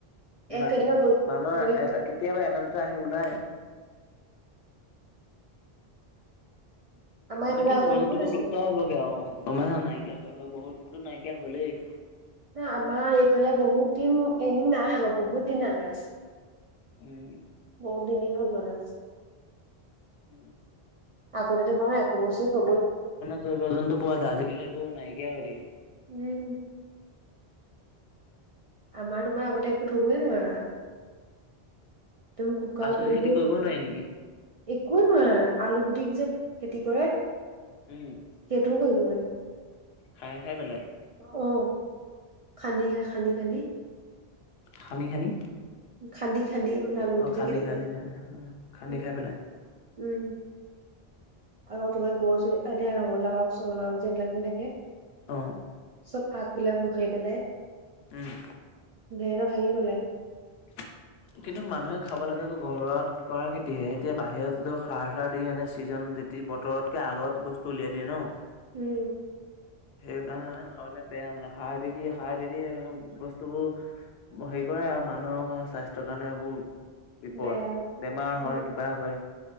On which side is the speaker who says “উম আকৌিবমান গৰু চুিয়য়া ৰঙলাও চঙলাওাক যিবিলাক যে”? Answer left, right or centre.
Right